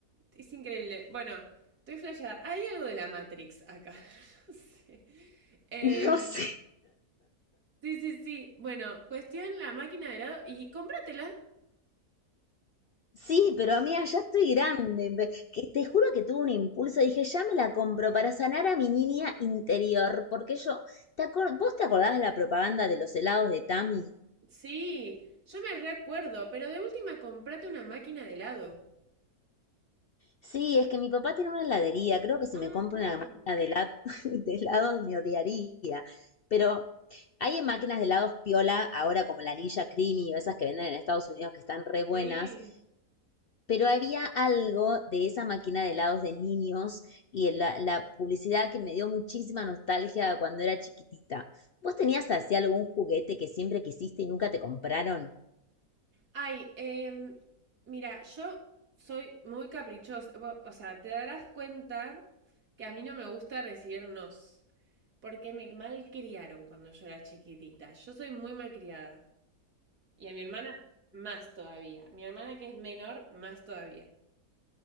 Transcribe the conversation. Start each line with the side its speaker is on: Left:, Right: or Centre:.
Right: es increíble. Bueno, estoy flasheada. Hay algo de la Matrix acá, <laughs> no sé. Em,
Left: <laughs> No sé.
Right: sí, sí, sí. Bueno, cuestión la máquina de helado y cómpratela.
Left: Sí, pero amiga, ya estoy grande. ve- Que te juro que tuve un impulso. Dije, ya me la compro para sanar a mi niña interior. Porque yo, ¿te acor- ¿vos te acordás de la propaganda de los helados de Tami?
Right: Sí, yo me recuerdo, pero de última comprate una máquina de helado.
Left: Sí, es que mi papá tiene una heladería. Creo que si
Right: Ah,
Left: me compro
Right: claro.
Left: una máquina de, hela- <laughs> de helados me odiaría. Pero hay máquinas de helados piola ahora como la Ninja Creamy o esas que venden en Estados Unidos que están re buenas.
Right: Sí.
Left: Pero había algo de esa máquina de helados de niños y la, la publicidad que me dio muchísima nostalgia cuando era chiquitita. ¿Vos tenías así algún juguete que siempre quisiste y nunca te compraron?
Right: Ay, em, mira, yo soy muy caprichosa. Bo- O sea, te darás cuenta que a mí no me gusta recibir nos. Porque me malcriaron cuando yo era chiquitita. Yo soy muy malcriada. Y a mi hermana, más todavía. Mi hermana que es menor, más todavía.